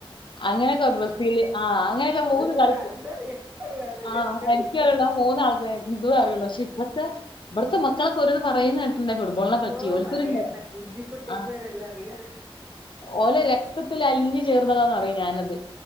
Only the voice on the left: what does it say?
അങ്ങനെയൊക്കെ ബ്രസീല്, ആഹ് അങ്ങനെയൊക്കെ മൂന്ന്
കളിക്കും.
ആഹ്
ക മൂന്നാൾക്ക് എന്തും അറിയുള്ളൂ. പക്ഷെ ഇപ്പഴത്തെഇവിടത്തെ മക്കളൊക്കെ ഓരോന്ന്‌ പറയുന്നത് കേട്ടിട്ട് ന്റെ ഫുട്ബോളിനെ
പറ്റി. ഓൽക്കൂരുല്ലേ
ആഹ്
ഓലെ രക്തത്തിൽ അലിഞ്ഞ് ചേർന്നതാന്ന്‌ പറേം ഞാനത്.